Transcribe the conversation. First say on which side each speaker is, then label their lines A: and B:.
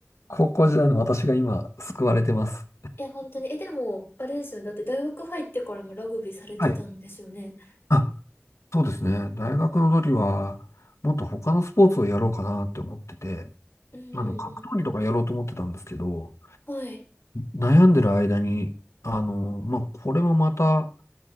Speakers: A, on the left; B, on the left.
A: 高校時代の私が今、救われてます。
B: え、本当に。え、でも、あれですよね。だって大学入ってからもラグビーされてたんですよね。
A: はい。あ、そうですね。大学の時は、もっと他のスポーツをやろうかなって思ってて、
B: うんうん
A: あの、格闘技とかやろうと思ってたんですけど、
B: うん。はい。
A: 悩んでる間に、あの、まあ、これもまた、